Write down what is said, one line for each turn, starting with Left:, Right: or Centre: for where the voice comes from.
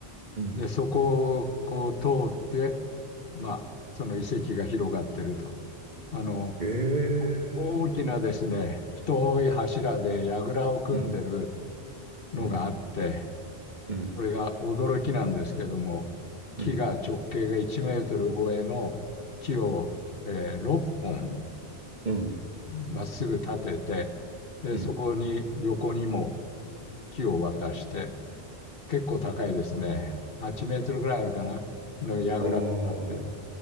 Right: うん。
Left: で、そこをこう通って、まあ、その遺跡が広がってると。あの、
Right: ええ。
Left: お大きなですね、太い柱で櫓を組んでる
Right: うん。
Left: のがあって、
Right: うん。うん。
Left: これが驚きなんですけども、木が直径が1メートル超えの木を、
Right: うん。
Left: えー6本
Right: うん、
Left: まっすぐ立てて、で、
Right: うん。
Left: そこに横にも木を渡して、結構高いですね。8メートルぐらいあるかな、の櫓が立ってる。
Right: あ